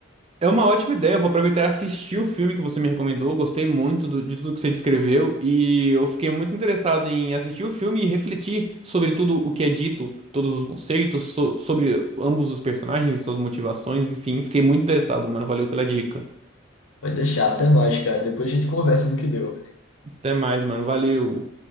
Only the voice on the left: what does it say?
vai deixar, até mais, cara. Depois a gente conversa no que deu.